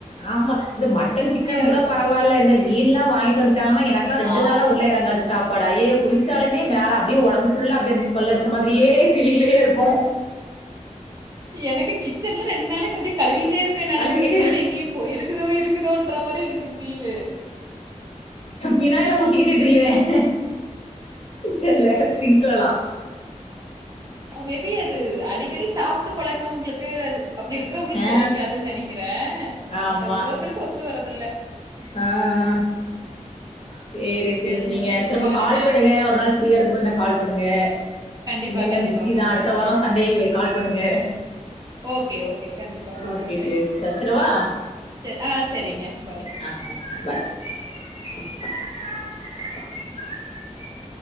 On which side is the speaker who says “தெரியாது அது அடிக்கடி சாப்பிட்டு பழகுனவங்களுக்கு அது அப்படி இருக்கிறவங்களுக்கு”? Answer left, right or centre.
Right